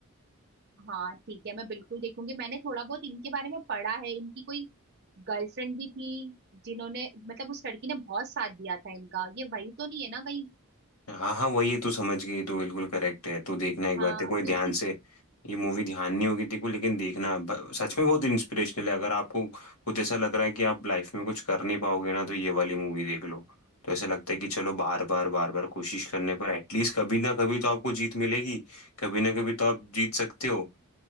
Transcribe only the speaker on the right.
हाँ ठीक है मैं बिल्कुल देखूंगी मैंने थोड़ा बहुत इनके बारे में पढ़ा है इनकी कोई गर्लफ्रेंड भी थी जिन्होंने मतलब उस लड़की ने बहुत साथ दिया था इनका ये वही तो नहीं है ना कहीं
हाँ
अब
क्योंकि